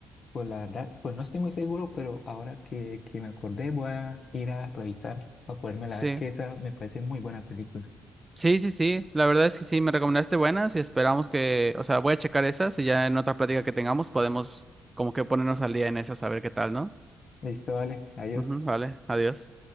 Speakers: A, on the left (about 50°); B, on the right (about 20°).
A: Pues la verdad, pues no estoy muy seguro, pero ahora que, que me acordé voy a ir a revisar para podérmela
B: Sí,
A: ver que esa me parece muy buena película.
B: sí, sí, sí. La verdad es que sí, me recomendaste buenas y esperamos que, o sea, voy a checar esas y ya en otra plática que tengamos podemos como que ponernos al día en esas a ver qué tal, ¿no?
A: Listo, vale, adiós.
B: Ujú, vale, adiós.